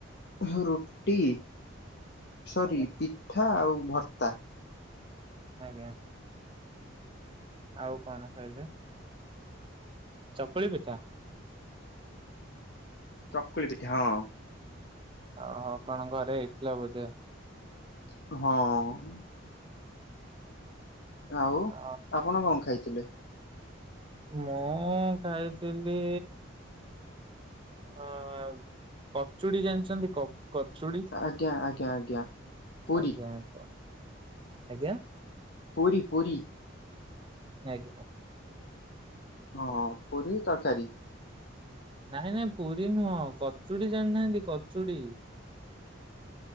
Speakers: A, on the left; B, on the right.
A: ହୁଁ ରୁଟି ସରି
B: ଆଜ୍ଞା
A: ପିଠା ଆଉ ଭର୍ତ୍ତା।
B: ଆଜ୍ଞା। ଆଉ କଣ ଖାଇଲେ? ଚକୁଳି ପିଠା।
A: ଚକୁଳି ପିଠା ହଁ।
B: ଓହୋ କଣ ଘରେ ହେଇଥିଲା ବୋଧେ।
A: ହଁ। ଆଉ
B: ଅ
A: ଆପଣ କଣ ଖାଇଥିଲେ?
B: ମୁଁ ଖାଇଥିଲି ଅ କଚୁଡି ଜାଣିଛନ୍ତି କ-କଚୁଡ଼ି
A: ଆଜ୍ଞା ଆଜ୍ଞା ଆଜ୍ଞା। ପୁରୀ
B: ଆଜ୍ଞା କ ଆଜ୍ଞା।
A: ପୁରୀ ପୁରୀ।
B: ଆଜ୍ଞା।
A: ହଁ ପୁରୀ ତରକାରୀ।
B: ନାଇଁ ନାଇଁ ପୁରୀ ନୁହଁ କଚୁଡି ଜାଣିନାହାନ୍ତି କଚୁଡି।